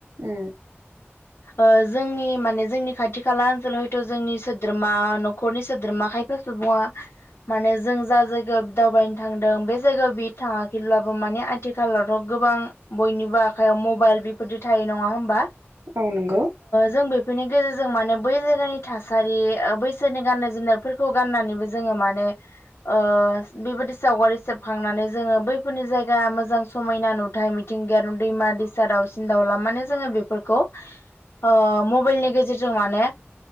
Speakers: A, on the right; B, on the left.
A: उ
B: ओ जोंनि माने जोंनि खाथि खाला ओनसोलाव हयथ' जोंनि सोद्रोमा न'खरनि सोद्रोमा <unintelligible> माने जों जा जायगायाव दावबायनो थांदों बे जायगायाव बि थाङाखैब्लाबो माने आथिखालावथ' गोबां बयनिबो आखाइयाव मबाइल बेफोरदि थायो नङा होमबा
A: औ नंगौ
B: जों बे बेफोरनि गेजेरजों माने बै जायगानि थासारि बैसोरनि गाननाय जोमनायफोरखौ गाननानैबो जोङो माने <unintelligible> बेबायदि सावगारि सेबखांनानै जोङो बैफोरनि जायगा मोजां समायना नुथाय मिथिं दैमा दैसा दाउसिन दाउला मान जोङो बेफोरखौ ओ मबाइलनि गेजेरजों माने